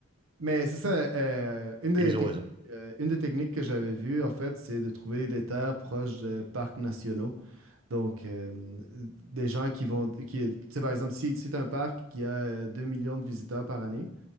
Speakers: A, on the right; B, on the right.
A: Mais c'est ça, euh, une des
B: Et ils
A: techniques,
B: ont raison.
A: euh, une des techniques que j'avais vues, en fait, c'est de trouver des terres proches de parcs nationaux. Donc, euh, des gens qui vont, qui, tu sais, par exemple, si, si tu un parc qui a euh, 2 millions de visiteurs par année,